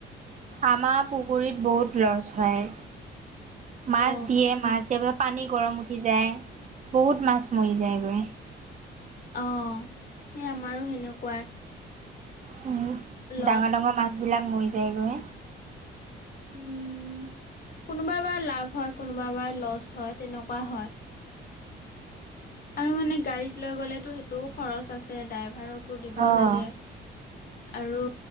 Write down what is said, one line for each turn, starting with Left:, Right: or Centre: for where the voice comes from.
Right: আমাৰ পুখুৰীত বহুত লছ হয় মাছ
Left: অ
Right: দিয়ে মাছ দিব পানী গৰম উঠি যায় বহুত মাছ মৰি যায়গৈ।
Left: অঁ সেই আমাৰো সেনেকুৱা।
Right: ডাঙৰ
Left: লছ
Right: ডাঙৰ মাছবিলাক মৰি যায়গৈ।
Left: উম। কোনোবা বা লাভ হয় কোনোবা বাৰ লছ হয় তেনেকুৱা হয়। আৰু মানে গাড়ীত লৈ গ'লেতো সেইটোও খৰচ আছে ড্ৰাইভাৰকো দিব
Right: অ',
Left: লাগে। আৰু